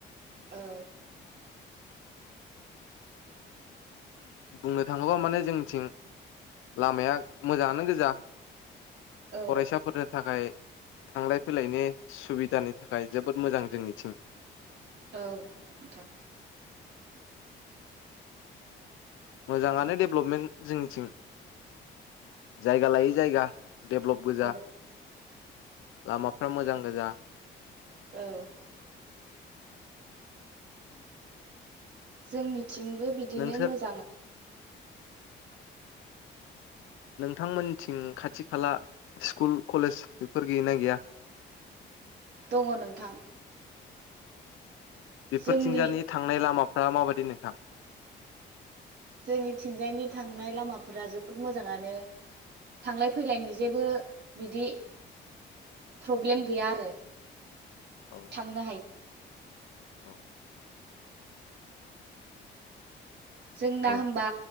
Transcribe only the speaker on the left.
बुंनो थाङोबा माने जोंनिथिं लामाया मोजाङानो गोजा
फरायसाफोरनि थाखाय थांलाय फैलायनि सुबिदानि थाखाय जोबोद मोजां जों निथिं
मोजाङानो डेभलपमेन्ट जोंनिथिं जायगा लायै जायगा डेभलप गोजा
लामाफ्रा मोजां गोजा
नोंसोर
नोंथांमोननिथिं खाथि खाला स्कुल कलेज बेफोर गैयगोना गैया
बेफोरथिंजानि
थांनाय लामाफ्रा माबायदि नोंथां
औ
औ औ
औ